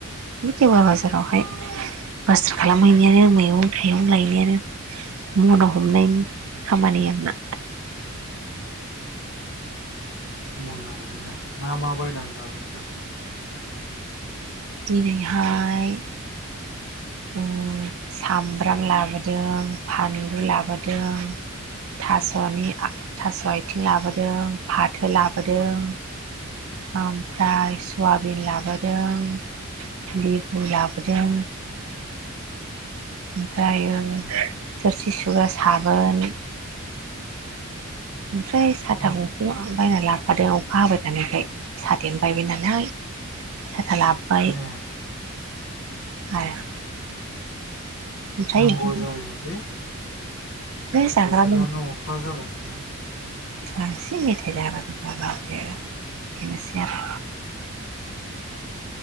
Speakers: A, on the right; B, on the left.
A: गिदिंबाय बाजारावहाय। बाजार खालामहैनायानो मैगं थाइगं लायनायानो मना हमनायनि खामानि आंना।
B: मना हमनाय। मा मा बायना लाबोखो?
A: दिनैहाय ओम सामब्राम लाबोदों फानलु लाबोदों। थास'नि आ-थास'आइथिं लाबोदों फाथो लाबोदों। आमफ्राय सुवाबिन लाबोदों। लिबु लाबोदों। ओमफ्रायो
B: ए
A: थोरसि सुग्रा साबोन। ओमफ्राय साथा
B: हाब
A: गख आं बायना लाबफादों अखा हाबाय थानाय खाय। साथायानो बायबाय नालाय साथा लाबबाय।
B: ए
A: आरो। ओमफ्राय
B: नांगौ
A: इदिनो
B: जायोलै
A: जाग्रा
B: बोथोरानो
A: लोंग्रा
B: अखा जागासिनो।
A: <unintelligible> बेनोसै आरो।